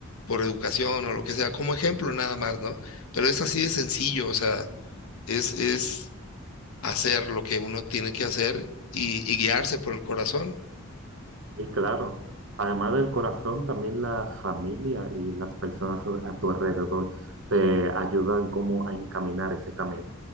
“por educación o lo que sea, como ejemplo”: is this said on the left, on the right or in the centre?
Left